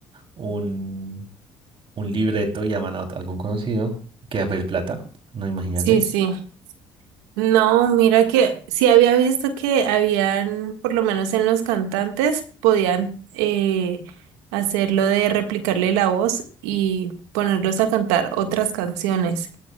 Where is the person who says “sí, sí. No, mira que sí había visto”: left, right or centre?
Right